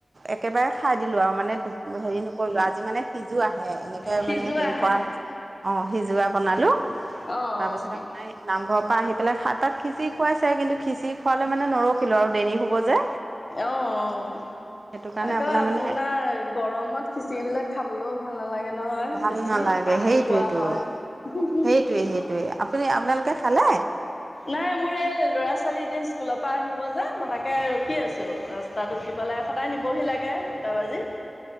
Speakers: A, on the right; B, on the left.
A: একেবাৰে খাই দিলো আৰু মানে দু হেৰি নকৰিলো, আজি মানে সিজোৱাহে, এনেকে
B: সিজোৱাহে
A: মানে হেৰি কৰা অ', সিজোৱা বনালো,
B: অ
A: তাৰপিছত
B: অ অ
A: আপোনাৰ নামঘৰৰ পৰা আহি পেলাই তাত খিচিৰি খুৱাইছে কিন্তু খিচিৰি খোৱালে মানে নৰখিলোঁ আৰু দেৰি হ'ব যে।
B: অ', অ', অ',
A: সেইটো কাৰণে
B: সেইটোৱে আপোনাৰ
A: মানে
B: গৰমত খিচিৰি বিলাক খাবলৈও ভাল নালাগে নহয়
A: ভাল
B: বেছি,
A: নালাগে
B: পানী
A: সেইটোৱেইটো
B: খোৱা হয়।
A: সেইটোৱে সেইটোৱে আপুনি আপোনালোকে খালে।
B: নাই মোৰ এই ল'ৰা ছোৱালী এতিয়া স্কুলৰ পৰা আহিব যে, মই তাকে ৰখি আছো চো, ৰাস্তাত উঠি পেলাই সদায় নিবহি লাগে দুটা বাজিল।